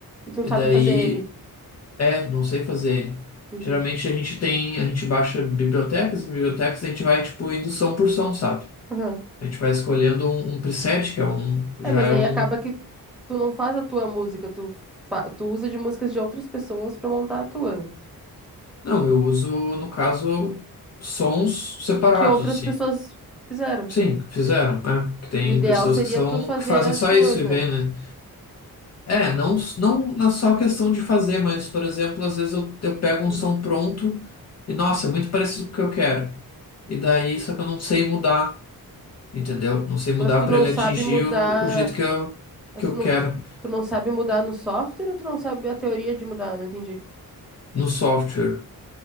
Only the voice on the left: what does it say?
E
daí
É, não sei fazer ele.
Geralmente a gente tem, a gente baixa bibliotecas e bibliotecas, a gente vai tipo indo som por som, sabe?
A gente vai escolhendo um, um preset, que é um, já
é
um.
Não, eu uso, no caso, sons separados,
assim.
Sim, fizeram, né? Que tem
pessoas
que são,
que fazem
só
isso e
vê, né? É, não, não na só questão de fazer, mas, por exemplo, às vezes eu, eu pego
um som pronto e, nossa, é muito parecido com o que eu quero. E daí, só que eu não sei mudar. entendeu? Não sei mudar
para
atingir
o, o jeito que eu,
que eu
quero
no software.